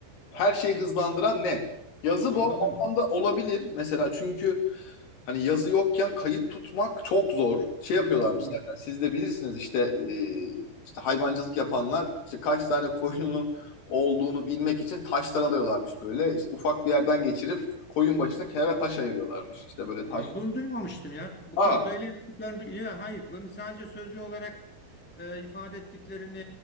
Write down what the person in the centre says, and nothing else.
Anladım.
Doğru.
Ha, bunu duymamıştım ya. Bu
kız böyle yaptıklarını du- ya hayır bunu sadece sözlü olarak e, ifade ettiklerini